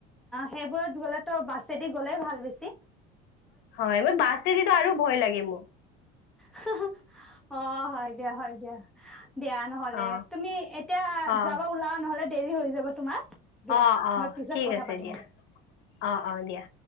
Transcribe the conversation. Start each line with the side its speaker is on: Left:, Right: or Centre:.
Centre: সেইবোৰত গ'লেতো বাছ বাছেদি গ'লে ভাল বেছি।
Left: হয়, মই বাছেদিতো আৰু ভয় লাগে মোৰ। অ
Centre: হাহা। অ' হয় দিয়া, হয় দিয়া। দিয়া নহ'লে।
Left: অ
Centre: তুমি এতিয়া
Left: অ
Centre: যাব ওলাৱা নহ'লে দেৰি হৈ যাব তোমাৰ। দিয়া
Left: অ', অ'
Centre: মই পিছত
Left: ঠিক
Centre: কথা
Left: আছে
Centre: পাতিম
Left: দিয়া। অ', অ' দিয়া।